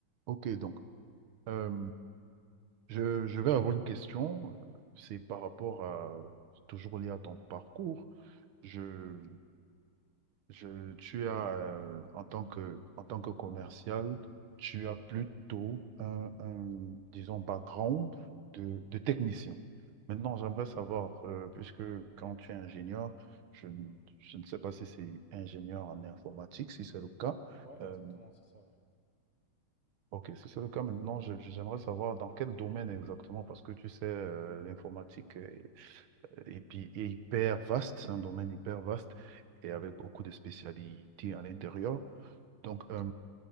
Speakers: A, on the right; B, on the right.
A: Ok, donc euh, je, je vais avoir une question. C'est par rapport à, c'est toujours lié à ton parcours. Je, je, tu as, euh, en tant que, en tant que commercial, tu as plutôt un, un, disons, background de, de technicien. Maintenant, j'aimerais savoir, euh, puisque quand tu es ingénieur, je, ne- je ne sais pas si c'est ingénieur en informatique, si c'est le cas,
B: Ouais,
A: euh,
B: exactement, c'est ça, ouais.
A: Ok, si c'est le cas maintenant, je- je- j'aimerais savoir dans quel domaine exactement, parce que tu sais, euh, l'informatique est, euh, est pi- est hyper vaste, c'est un domaine hyper vaste et avec beaucoup de spécialités à l'intérieur. Donc, euh,